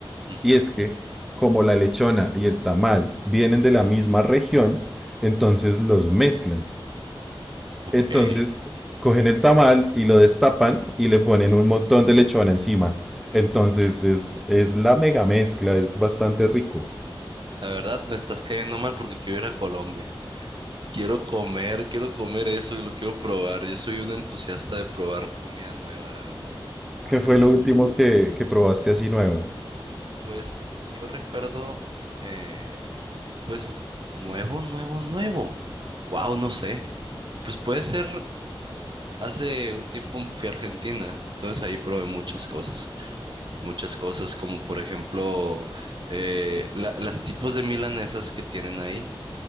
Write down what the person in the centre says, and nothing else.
Y es que, como la lechona y el tamal vienen de la misma región, entonces los mezclan.
Entonces, cogen el tamal y lo destapan y le ponen un montón de lechona encima. Entonces, es, es la mega mezcla, es bastante rico.
¿Qué fue
lo último que, que probaste así nuevo?